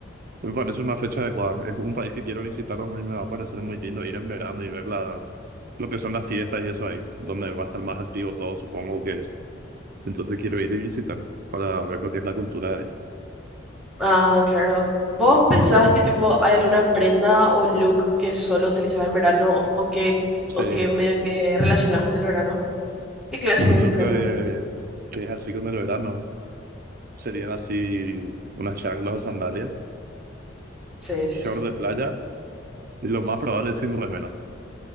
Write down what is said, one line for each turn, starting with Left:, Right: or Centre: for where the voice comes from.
Right: Me parece una fecha adecuada. Es un país que quiero visitar, a mí me va a parecer muy lindo ir en verano y ver la, lo que son las fiestas y eso ahí, donde va a estar más activo todo, supongo que es. Entonces quiero ir y visitar para ver lo que es la cultura de ahí.
Centre: Ah, claro. ¿Vos pensás que tipo hay alguna prenda o look que solo utilizás en verano o o que,
Right: Sí,
Centre: o que medio que relacionás con el verano? ¿Qué clase
Right: un
Centre: de
Right: look
Centre: prenda?
Right: de- que es así con el verano. Serían así unas chanclas o sandalias,
Centre: Sí, sí,
Right: short
Centre: sí.
Right: de playa y lo más probable es sin remera.